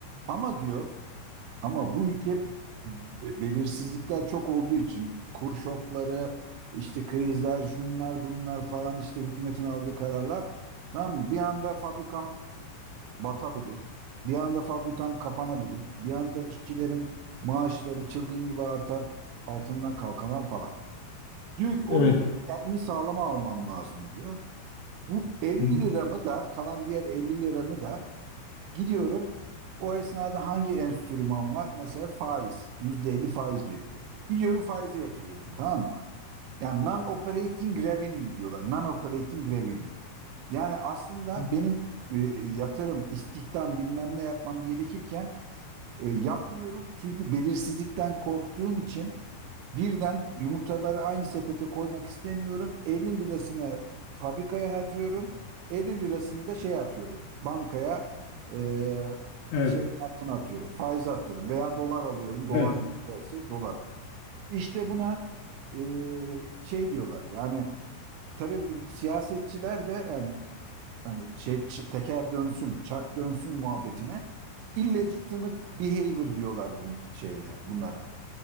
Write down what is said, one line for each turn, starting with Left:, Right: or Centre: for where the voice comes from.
Right: Ama diyor ama bu ülke be- belirsizlikler çok olduğu için kur şokları, işte krizler, şunlar bunlar falan işte hükümetin aldığı kararlar. Tamam mı? Bir anda fabrikam batabilir. Bir anda fabrikam kapanabilir. Bir anda işçilerin maaşları çılgın gibi artar. Altından kalkamam falan. Diyor ki o
Left: Evet.
Right: yüzden kendimi sağlama almam lazım diyor. Bu 50
Left: Hı hı.
Right: liramı da kalan diğer 50 liramı da Gidiyorum. O esnada hangi enstrüman var? Mesela faiz. %50 faiz veriliyor. Gidiyorum faize yatırıyorum. Tamam mı? Yani non-operating revenue diyorlar. Non-operating revenue. Yani aslında
Left: hı hı.
Right: benim e, yatırım, istihdam bilmem ne yapmam gerekirken e, yapmıyorum çünkü belirsizlikten korktuğum için birden yumurtaları aynı sepete koymak istemiyorum. 50 lirasını fabrikaya harcıyorum. 50 lirasını da şey atıyorum. Bankaya e,
Left: Evet.
Right: şey altına atıyorum. Faize atıyorum veya dolar alıyorum. Dolar
Left: Evet.
Right: yükselirse dolara. İşte buna e, şey diyorlar yani tabii bu siyasetçiler de yani hani şey, ç- teker dönsün, çark dönsün muhabbetine illegitimate behavior diyorlar bunun şeyde bunlara.